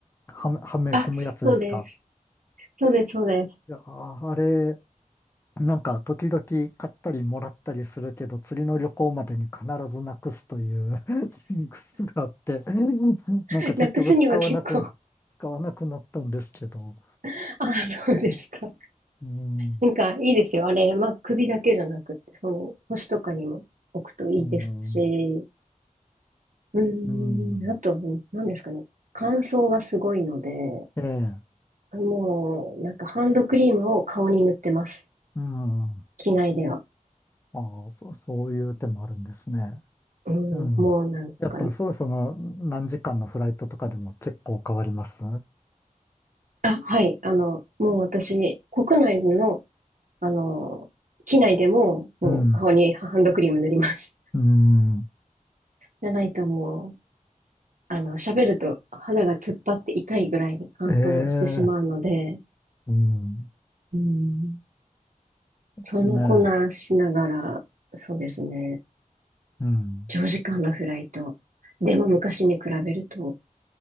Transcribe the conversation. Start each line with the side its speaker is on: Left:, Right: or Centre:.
Left: はめ、はめ込むやつですか。
Right: あ、そうです。そうです、そうで
Left: いやー、ああれ、なんか時々買ったりもらったりするけど、次の旅行までに必ずなくすという <laughs> ジンク <laughs> スがあって、
Right: す。
Left: なんか結局使わなく、
Right: なくすには結構、
Left: 使わなくなったんですけど、
Right: <laughs> あ、そうですか。
Left: うん、
Right: なんか、いいですよ。あれ、まあ、首だけじゃなくて、その、腰とかにも。置くといいですし、
Left: うん、
Right: うーん、
Left: うん、
Right: あと、何ですかね。乾燥がすごいので、
Left: ええ、
Right: もう、なんかハンドクリームを顔に塗ってます。
Left: うん、あ
Right: 機内では。
Left: あ、そ、そういう手もあるんですね。
Right: うん、
Left: うん。
Right: もうなんか、
Left: やっぱそう、その、何時間のフライトとかでも結構変わります
Right: あ、はい、あの、もう私、国内の、あの、機内でも、もう顔にハンドクリーム塗ります。
Left: うん。うん。
Right: じゃないともう、あの、喋ると肌が突っ張って痛いぐらいに乾燥してしまうので、
Left: ええ、うん。で
Right: うん、そんなこんなしながら、
Left: すね。
Right: そうですね。
Left: うん。
Right: 長時間のフライト。でも昔に比べると